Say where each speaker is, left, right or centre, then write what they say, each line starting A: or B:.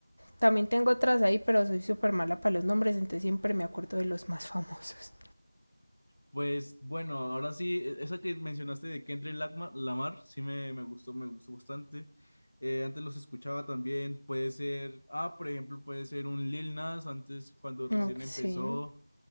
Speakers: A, on the left; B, on the left.
A: también tengo otras ahí, pero soy súper mala para los nombres, entonces siempre me acuerdo de los más famosos.
B: Pues bueno, ahora sí, e- esa que mencionaste de Kendrick Lagma- Lamar, sí me, me gustó, me gustó bastante. Eh, antes los escuchaba también, puede ser, ah, por ejemplo, puede ser un Lil Nas antes cuando recién
A: Ok, Sí.
B: empezó,